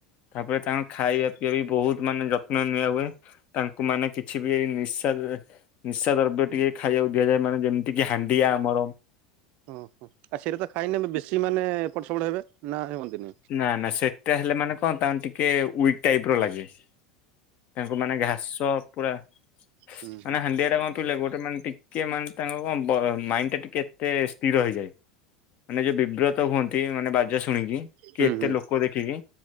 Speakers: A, on the left; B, on the right.
A: ତାପରେ ତାଙ୍କୁ ଖାଇବା ପିଇବା ବି ବହୁତ ମାନେ ଯତ୍ନ ନିଆ ହୁଏ। ତାଙ୍କୁ ମାନେ କିଛି ବି ଏଇ ନିଶା ନିଶା ଦ୍ରବ୍ୟ ଟିକେ ଖାଇବାକୁ ଦିଆଯାଏ ମାନେ ଯେମତିକି ହାଣ୍ଡିଆ ଆମରମ
B: ଓହୋ। ଆଉ ସେଟା ତ ଖାଇନେବେ ବେଶୀ ମାନେ ଏପଟ ସେପଟ ହେବେ। ନା ହୁଅନ୍ତିନି
A: ନା ନା ସେଟା ହେଲେ ମାନେ କଣ ତାଙ୍କ ଟିକେ ୱିକ ଟାଇପର ଲାଗେ। ତାଙ୍କୁ ମାନେ ଘାସ ପୁରା
B: ହୁଁ
A: ମାନେ
B: ହୁଁ
A: ହାଣ୍ଡିଆଟା କଣ ପିଇଲେ କି ଗୋଟେ ମାନେ ଟି ଟିକେ ମାନେ ତାଙ୍କ କଣ ବ ମାଇଣ୍ଡ ଟା ଟିକେ ଏତେ ସ୍ଥିର ହେଇଯାଏ। ମାନେ ଯୋଉ ବିବ୍ରତ ହୁଅନ୍ତି ମାନେ ବାଜା ଶୁଣିକି, କି
B: ହୁଁ
A: ଏତେ
B: ହୁଁ
A: ଲୋକ ଦେଖିକି